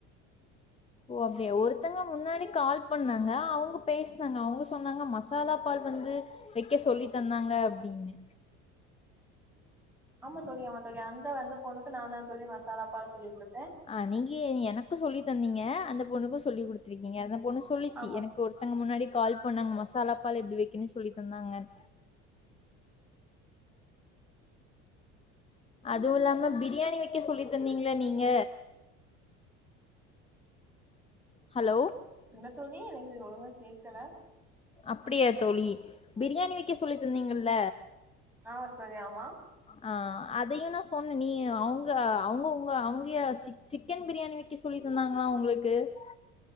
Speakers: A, on the left (about 15°); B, in the centre.
A: ஓ அப்படியா ஒருத்தங்க முன்னாடி கால் பண்ணாங்க அவங்க பேசினாங்க அவங்க சொன்னாங்க மசாலா பால் வந்து வெக்க சொல்லி தந்தாங்க அப்படின்னு
B: ஆமா தோழி ஆமா தோழி அந்த வந்த பொண்ணுக்கு நான் தா சொல்லி மசாலா பால் சொல்லி கொடுத்
A: அ நீங்கே எனக்கு சொல்லி தன்னீங்க அந்த பொண்ணுக்கும் சொ சொல்லி கொடுத்திருக்கீங்க அந்த பொண்ணு சொல்லிச்சு
B: ஆமா
A: எனக்கு ஒருத்தங்க முன்னாடி கால் பண்ணாங்க மசாலா ப்பால எப்படி வைக்கன்னு சொல்லி தந்தாங்க அதுவும் இல்லாம பிரியாணி வைக்க சொல்லி தந்தீங்கள நீங்க ஹலோ
B: என்ன தோழி எனக்கு ஒழுங்க கேட்க்கல
A: அப்படியா தோழி பிரியாணி வைக்க சொல்லி தந்தீங்கல்ல
B: ஆமா தோழி ஆமா
A: ஆ அதையும் நான் சொன்னேன் நீ அவங்க அவங்கவுங்க அவங்க சி சிக்கன் பிரியாணி வைக்க சொல்லி தந்தாங்களா உங்களுக்கு கு